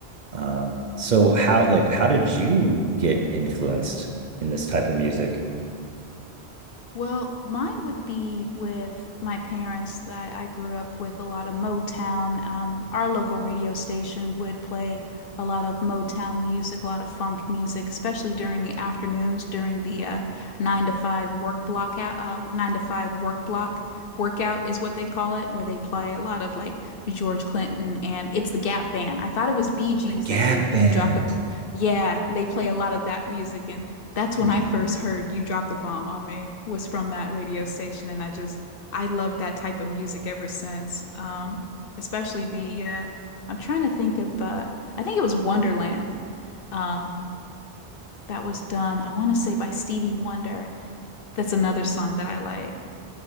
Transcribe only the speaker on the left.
Well, mine would be with my parents that I grew up with a lot of Motown. Um, our local radio station would play a lot of Motown music, a lot of funk music, especially during the afternoons, during the uh, nine to five work block out, uh, nine to five work block workout is what they call it, where they play a lot of like George Clinton and it's the Gap Band. I thought it was Bee Gees
that did
You Dropped a yeah, they play a lot of that music, and that's
when I first heard You Dropped the Bomb on Me was from that radio station, and I just I love that type of music ever since. Um, especially the uh, I'm trying to think of uh, I think it was Wonderland. Um, that was done I want to say by Stevie Wonder. That's another song that I like.